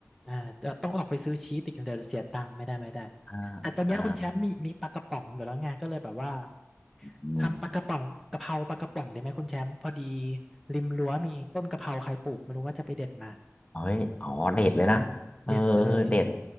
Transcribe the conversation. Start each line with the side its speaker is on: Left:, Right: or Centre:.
Centre: อ่าจะต้องออกไปซื้อชีสอีกเดี๋ยวเสียตังค์ไม่ได้ไม่ได้
Left: <laughs> อ่า
Centre: แต่ตอนเนี้ยคุณแชมป์มีมีปลากระป๋องอยู่แล้วไงก็เลยแบบว่า
Left: อ่าอืม
Centre: ทำปลากระป๋องกะเพราปลากระป๋องได้ไหมคุณแชมป์พอดีริมรั้วมีต้นกะเพราใครปลูกไม่รู้ว่าจะไปเด็ดมา
Left: เฮ้ยอ๋อเด็ดเลยนะเออ
Centre: เด็ดเลย
Left: เด็ด